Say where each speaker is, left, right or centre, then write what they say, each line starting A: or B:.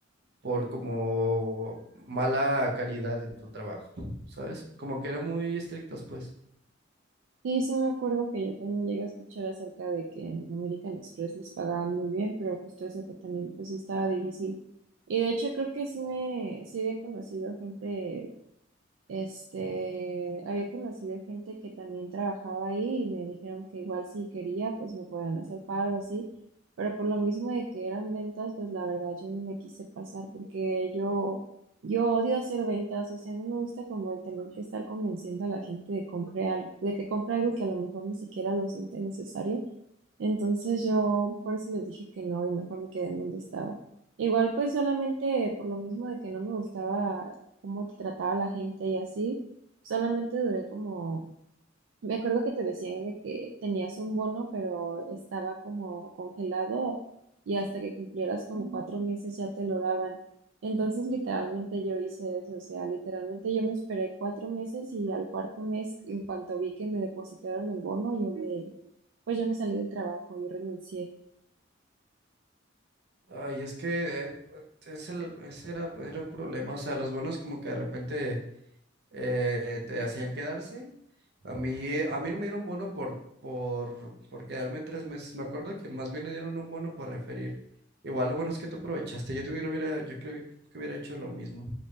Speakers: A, on the right; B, on the right.
A: por como mala calidad en tu trabajo, ¿sabes? Como que eran muy estrictos, pues.
B: Sí, sí me acuerdo que yo también llegué a escuchar acerca de que en American Express les pagaban muy bien, pero justo eso que también pues sí estaba difícil. Y de hecho creo que sí me, sí había conocido gente este, había conocido gente que también trabajaba ahí y me dijeron que igual si quería, pues me podían hacer paro así, pero por lo mismo de que eran ventas, pues la verdad yo no me quise pasar porque yo, yo odio hacer ventas, o sea, no me gusta como el tener que estar convenciendo a la gente de compre algo, de que compre algo que a lo mejor ni siquiera lo siente necesario. Entonces yo por eso les dije que no y mejor me quedé en donde estaba. Igual pues solamente por lo mismo de que no me gustaba cómo te trataba la gente y así, solamente duré como me acuerdo que te decían de que tenías un bono, pero estaba como congelado y hasta que cumplieras como cuatro meses ya te lo daban. Entonces, literalmente yo hice eso, o sea, literalmente yo me esperé cuatro meses y al cuarto mes, en cuanto vi que me depositaron el bono, yo me, pues yo me salí del trabajo, yo renuncié.
A: Ay, es que eh, es el, ese era, era un problema, o sea, los bonos como que de repente eh, te hacían quedarse. A mí, a mí no me dieron bono por, por, por quedarme tres meses. Me acuerdo que más bien le dieron un bono por referir. Igual lo bueno es que tú aprovechaste. Yo también hubiera, yo creo que hubiera hecho lo mismo.